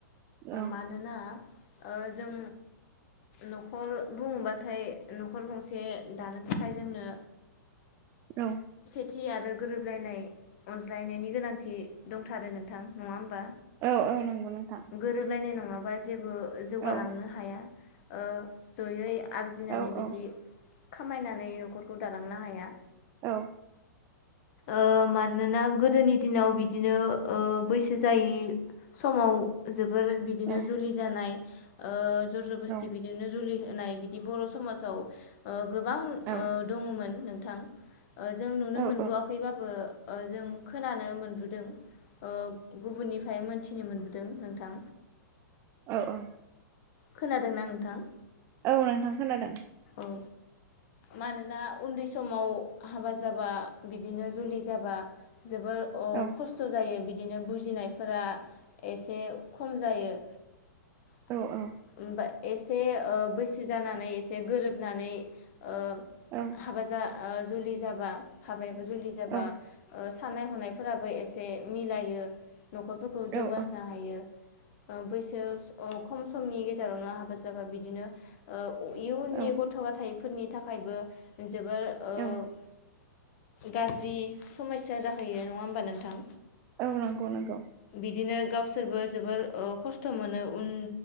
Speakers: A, on the right; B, on the left.
A: औ
B: मानोना जों न'खर बुङोब्लाथाय न'खर गंसे दानो थाखाय जोंनो।
A: औ।
B: खान्थि आरो गोरोबलायनाय अनज्लायनायनि गोनांथि दंथारो नोंथां। नङा होमबा?
A: औ औ नंगौ नोंथां।
B: गोरोबलायनाय नङाबा जेबो जौगालांनो
A: औ
B: हाया ओ जयै आर्जिनानै
A: औ
B: बिदि।
A: औ
B: खामायनानै न'खरखौ दालांनो हाया।
A: औ।
B: ओ मानोना गोदोनि दिनाव बिदिनो बैसाग जायै समाव जों बिदिनो
A: औ
B: जुलि जानाय ओ जर ज'बस्थि
A: औ
B: बिदिनो जुलि होनाय बिदि बर' समाजआव गोबां
A: औ
B: दङमोन। <inaudible> जों नुनो
A: औ
B: मोनबोआखैबाबो जों खोनानो मोनबोदों ओ गुबुननिफ्राय मोनथिनो मोनबोदों दों नोंथां
A: औ औ
B: खोनादोंना नोंथां
A: औ नोंथां खोनादों
B: औ मानोना उन्दै समाव हाबा जाबा बिदिनो जुलि जाबा जोबोर
A: औ
B: खस्थ' जायो बि बिदिनो बुजिनायफोरा एसे खम जायो <inaudible>
A: औ औ
B: एसे बैसो जानानै एसे गोरोबनानै ओ
A: ओं
B: हाबा जा ओ जुलि जाबा हाब <unintelligible> जुलि जाबा
A: औ
B: साननाय हनायफोराबो एसे मिलायो न'खरफोरखौ जौगाहोनो
A: औ
B: हायो ओ बैसो अ खम सम समनि गेजेरावनो हाबा जाबा बिदिनो ओ इयुननि
A: औ
B: गथ' गथाय फोरनि थाखायबो जोबोर ओ
A: औ
B: गाज्रि समयस्या जाहैयो नङा होमबा नोंथां
A: औ नंगौ नंगौ
B: बिदिनो गावसोरबो जोबोर ओ खस्थ' मोनो उन